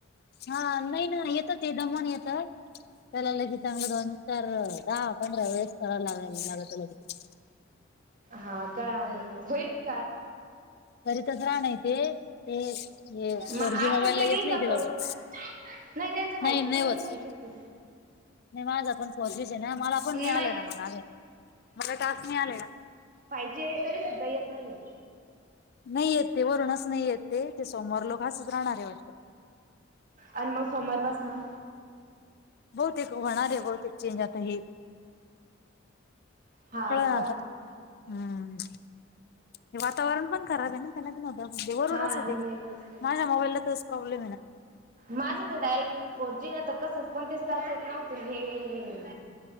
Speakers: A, on the left; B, on the right.
A: हा नाही ना येत ते दमण येत त्याला लगेच चांगलं दोन चार दहा पंधरा वेळेस करा लाग लागवत लगेच
B: हा का मग होईल का
A: तरी तच राह नाही ते ही फोर
B: मग
A: जी
B: अर्चना
A: मोबाईल
B: ताई
A: ला
B: देईन
A: येत
B: का
A: नाही ते
B: करून?
A: लवकर
B: नाही त्यांच <unintelligible>
A: नाही होत
B: पाहियजेच
A: ते
B: कर
A: नाही माझा पण फोर जीच आहे ना मला पण <unintelligible>
B: नाही
A: मला टास्क नाय आलेलं.
B: फाय जी आहे तरी सुद्धा येत नाहीये
A: नाही येत ते वरूनच नाही येत ते ते सोमवार लोक असंच राहणारे वाटतं
B: आणि मग सोमवारपासन
A: बहुत होणार आहे बहुत चेंज आता हे
B: हा
A: कळ ना
B: का.
A: आता हम्म हे वातावरण पण खराब आहे ना त्यांना पण होत वरूनच
B: हा
A: आहे
B: नेट
A: ते माझ्या मोबाईलला तोच प्रॉब्लेम आहे ना
B: माझं तर डायरेक्ट फोर जी आहे तर कसच कोणतीच टास्क येत नव्हती मी